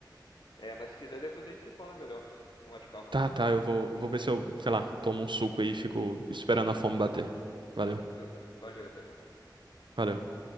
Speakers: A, on the left (about 75°); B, on the right (about 85°).
A: É, mas se quiser, depois a gente se fala melhor. Com mais calma,
B: Tá,
A: tá?
B: tá, eu vou, eu vou ver se eu, sei lá, tomo um suco aí e fico esperando a fome bater. Valeu,
A: Tranquilo, cara. Valeu, até mais.
B: valeu.